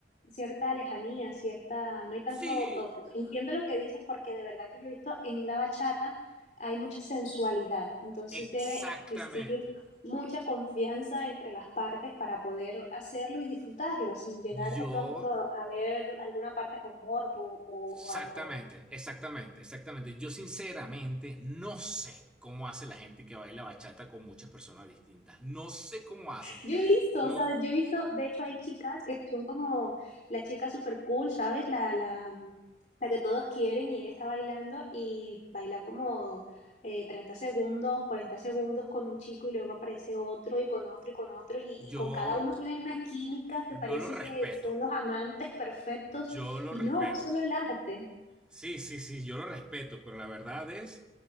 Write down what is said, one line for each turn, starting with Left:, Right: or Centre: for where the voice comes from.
Left: cierta lejanía, cierta, no hay tanto
Centre: Sí,
Left: toque. Entiendo lo que dices porque de verdad que yo he visto en la bachata hay mucha sensualidad, entonces
Centre: exactamente.
Left: debe existir mucha confianza entre las partes para poder hacerlo y disfrutarlo sin llegar
Centre: Yo,
Left: de pronto a ver alguna parte con morbo o,
Centre: exactamente,
Left: o algo.
Centre: exactamente, exactamente. Yo sinceramente no sé cómo hace la gente que baila bachata con muchas personas distintas. No sé cómo hacen.
Left: Yo he visto,
Centre: No,
Left: ¿sabes? Yo he visto, de hecho hay chicas que son como la chica super cool, ¿sabes? La, la, mm, la que todos quieren y ella está bailando y baila como eh, 30 segundos, 40 segundos con un chico y luego aparece otro y con otro y con otro y, y
Centre: yo,
Left: con cada uno tiene una química que
Centre: yo
Left: parece
Centre: lo respeto.
Left: que son los amantes perfectos
Centre: Yo lo
Left: y
Centre: respeto.
Left: no, es solo el arte.
Centre: Sí, sí, sí, yo lo respeto, pero la verdad es